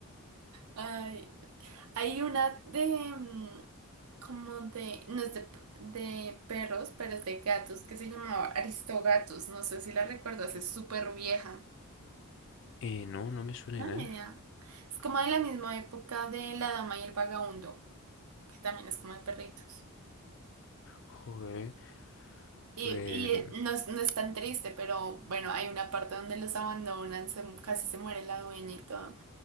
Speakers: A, on the right; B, on the left.
A: Ay, hay una de, mm, como de, no es de, p- de perros, pero es de gatos, que se llamaba Aristogatos, no sé si la recuerdas, es súper vieja.
B: Eh, no, no me suena
A: No,
B: de nada.
A: ni idea. Es como de la misma época de La Dama y el Vagabundo, que también es como de perritos.
B: Joder,
A: Y,
B: pues...
A: y eh, no, es no es tan triste, pero bueno, hay una parte donde los abandonan, se casi se muere la dueña y todo.